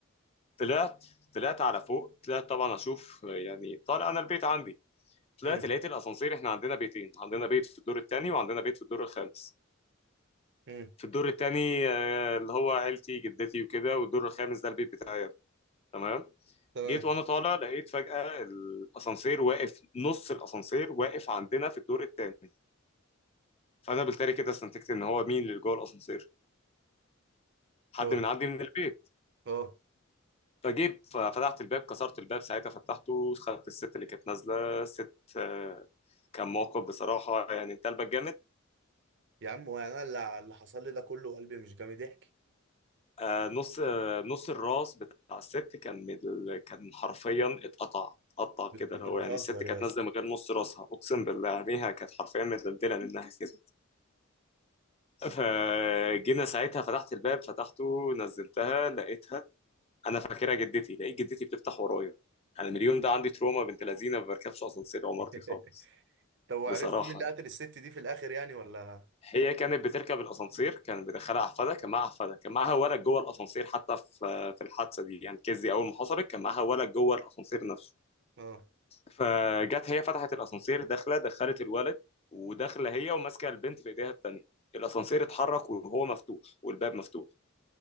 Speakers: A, on the left; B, on the right.
A: طلعت طلعت على فوق طلعت طبعا اشوف يعني طالع انا البيت عندي طلعت
B: امم
A: لقيت الاسانسير احنا عندنا بيتين عندنا بيت في الدور الثاني وعندنا بيت في الدور الخامس
B: امم
A: في الدور الثاني اللي هو عيلتي جدتي وكده والدور الخامس ده البيت بتاعي تمام
B: تمام
A: جيت وانا طالع لقيت فجأة الاسانسير واقف نص الاسانسير واقف عندنا في الدور الثاني فانا بالتالي كده استنتجت ان هو مين اللي جوه الاسانسير حد
B: اه
A: من عندي من البيت
B: اه
A: فجيت ففتحت الباب كسرت الباب ساعتها فتحته خدت الست اللي كانت نازله الست آه، كان موقف بصراحه يعني انت قلبك جامد
B: يا عم وانا اللي اللي حصل لي ده كله قلبي مش جامد ضحك
A: آه، نص آه، نص الراس بتاع الست كان من ال- كان حرفيا اتقطع اتقطع
B: بت...
A: كده
B: انت
A: لو
B: بتهزر
A: يعني الست كانت
B: يا اسطى
A: نازله من غير نص راسها اقسم بالله عليها كانت حرفيا متدلدله منها كده فجينا ساعتها فتحت الباب فتحته نزلتها لقيتها انا فاكرها جدتي لقيت جدتي بتفتح ورايا انا من اليوم ده عندي تروما بنت لذينه ما بركبش اسانسير عمارتي
B: <laughs>
A: خالص
B: طب وعرفت
A: بصراحه
B: مين اللي
A: يعني.
B: قتل الست دي في الاخر يعني ولا
A: هي كانت بتركب الاسانسير كان بيدخلها احفادها كان معاها احفادها كان معاها ولد جوه الاسانسير حتى في في الحادثه دي يعني كيزي اول ما حصلت كان معاها ولد جوه الاسانسير نفسه
B: اه
A: فجت هي فتحت الاسانسير داخله دخلت الولد وداخله هي وماسكه البنت في ايديها التانيه الاسانسير اتحرك وهو مفتوح والباب مفتوح